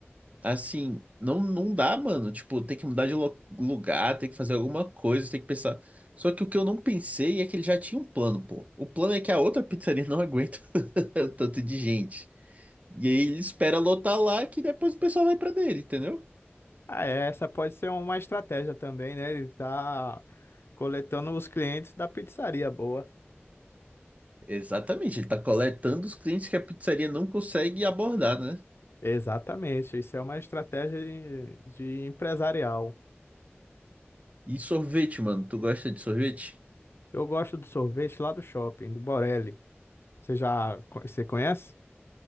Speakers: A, on the right; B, on the left.
A: assim, não, não dá, mano. Tipo, tem que mudar de lo- lugar, tem que fazer alguma coisa, tem que pensar. Só que o que eu não pensei é que ele já tinha um plano, pô. O plano é que a outra pizzaria não aguenta <laughs> tanto de gente. E aí ele espera lotar lá que depois o pessoal vai pra dele, entendeu?
B: Ah, é, essa pode ser uma estratégia também, né? Ele tá coletando os clientes da pizzaria boa.
A: Exatamente, ele tá coletando os clientes que a pizzaria não consegue abordar, né?
B: Exatamente, isso é uma estratégia de, de empresarial.
A: E sorvete, mano, tu gosta de sorvete?
B: Eu gosto do sorvete lá do shopping, do Borelli. Você já co- você conhece?